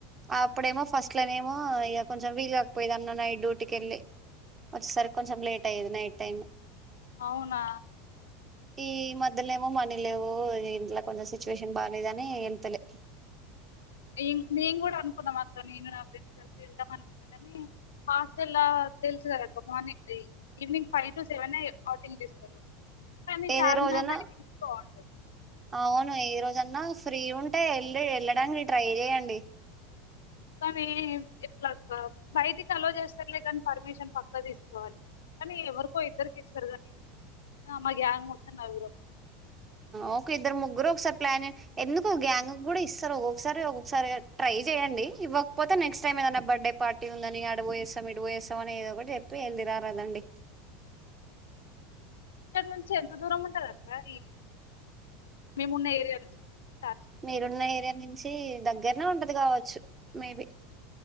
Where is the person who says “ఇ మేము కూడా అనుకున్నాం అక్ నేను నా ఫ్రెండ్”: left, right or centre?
Left